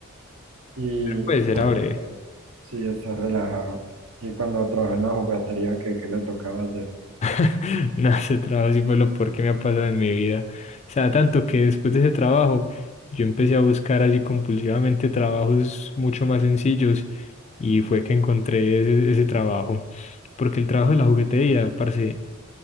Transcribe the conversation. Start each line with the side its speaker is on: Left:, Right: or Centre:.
Right: Y
Left: Pero pues
Right: bueno,
Left: era breve.
Right: pero sí, está relajado. Y cuando trabaja en la jugatería, ¿qué, qué le tocaba hacer?
Left: <laughs> No, ese trabajo sí fue lo peor que me ha pasado en mi vida. O sea, tanto que después de ese trabajo yo empecé a buscar así compulsivamente trabajos mucho más sencillos y fue que encontré ese, ese trabajo. Porque el trabajo de la juguetería, parce,